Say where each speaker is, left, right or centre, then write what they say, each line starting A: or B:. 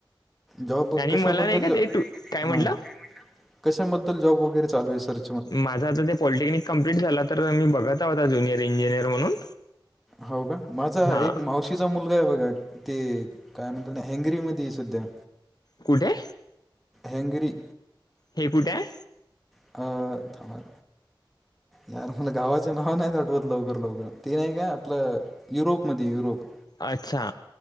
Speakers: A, in the centre; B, on the left (about 50°).
A: जॉब
B: आणि
A: कशाबद्दल
B: मला नाही का
A: जॉ
B: ते तू काय म्हटलं?
A: हां कशाबद्दल जॉब वगैरे चालु आहे सर.
B: माझा आता ते पॉलिटेक्निक कंप्लीट झाला तर मी बघत आहोत ज्युनियर इंजिनियर म्हणून.
A: हो का माझा
B: हा
A: एक मावशी तिचा मुलगा आहे बघा ते काय म्हणतात ना हंगरी मध्ये सुधा
B: कुठे?
A: हॅगरी.
B: हे कुठे आहे?
A: अ... <unintelligible> यार मला गावाचे नाव नाही आठवत लवकर लवकर ती नाही का आपलं युरोपमध्ये युरोप.
B: अच्छा!